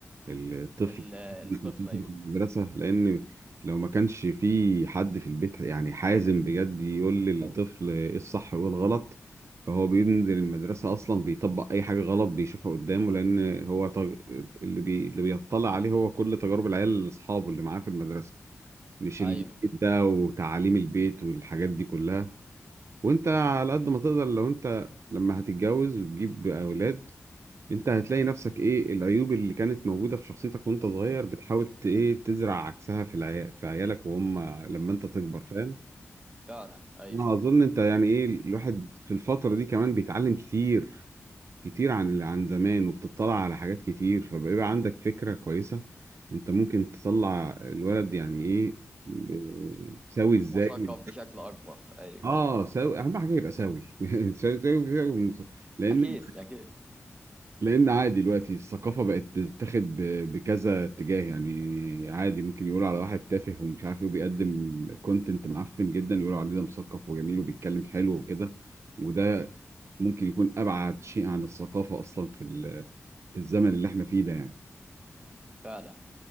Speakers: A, on the right; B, on the right.
A: الطفل
B: ال-
A: <laughs>
B: الطفل
A: في
B: ايوه
A: المدرسة لأن لو ما كانش في حد في البيت يعني حازم بجد يقول للطفل إيه الصح وإيه الغلط فهو بينزل المدرسة أصلا بيطبق أي حاجة غلط بيشوفها قدامه لأن هو تج... اللي بي... اللي بيطلع عليه هو كل تجارب العيال أصحابه اللي معاه في المدرسة مش
B: ايوه
A: اللي ده وتعاليم البيت والحاجات دي كلها وأنت على قد ما تقدر لو أنت لما هتتجوز وتجيب أولاد انت هتلاقي نفسك ايه العيوب اللي كانت موجودة في شخصيتك وانت صغير بتحاول ت- ايه تزرع عكسها في العيا... في عيالك وهم لما انت تكبر فاهم
B: فعلا ايوه
A: انا اظن انت يعني ايه الواحد في الفترة دي كمان بيتعلم كتير كتير عن اللي عن زمان وبتطلع على حاجات كتير فبيبقى عندك فكرة كويسة انت ممكن تطلع الولد يعني ايه اه، سوي ازاي
B: مثقف بشكل اكبر ايوه
A: اه سوي اهم حاجة يبقى سوي <laughs> سوي سوي سوي. لان
B: اكيد اكيد
A: لان عادي دلوقتي الثقافه بقت بتتاخد ب- بكذا اتجاه يعني عادي ممكن يقولوا على واحد تافه ومش عارف ايه وبيقدم كونتنت معفن جدا يقولوا عليه ده مثقف وجميل وبيتكلم حلو وكده وده ممكن يكون ابعد شيء عن الثقافه اصلا في ال- في الزمن اللي احنا فيه ده يعني
B: فعلا